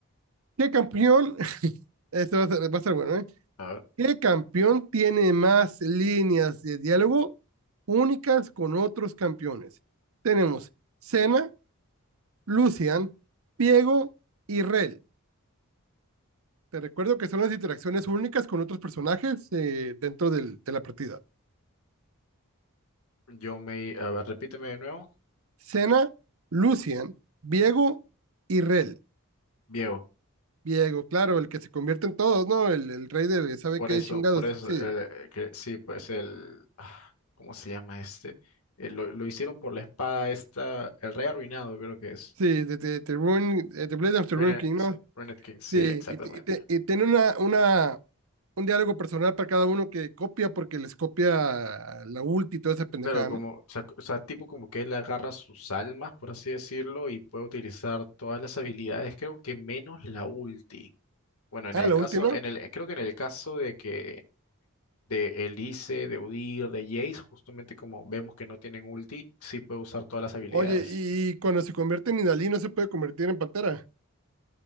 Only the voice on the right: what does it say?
¿qué campeón? <laughs> Esto va a ser, va a ser bueno, ¿eh?
¿Qué campeón tiene más líneas de diálogo únicas con otros campeones? Tenemos Cena, Lucian, Piego y Rel. Te recuerdo que son las interacciones únicas con otros personajes eh, dentro del- de la partida.
Cena, Lucian, Viego y Rel.
Viego, claro, el que se convierte en todos, ¿no? El, el rey de sabe
qué
chingados.
Sí,
sí, de, de, de Ruin- eh, de Blade of the
Ruin King, ¿no?
Sí,
y, te- y te- y tiene una, una, un diálogo personal para cada uno que copia porque les copia la ulti y toda esa pendejada,
¿no?
Ah,
la
ulti, ¿no?
Oye, y cuando se convierte en Inalí no se puede convertir en pantera.